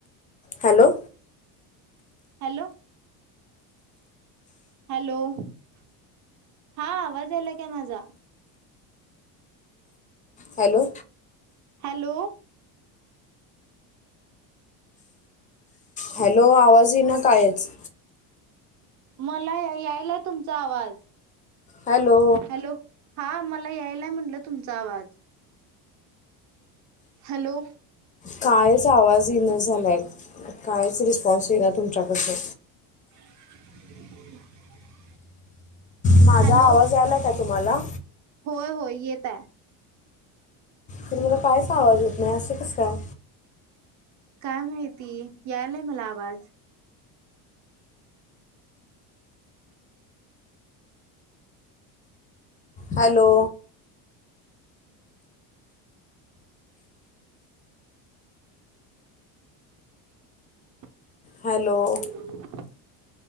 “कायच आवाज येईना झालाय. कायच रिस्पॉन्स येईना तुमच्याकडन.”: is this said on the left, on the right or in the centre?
Left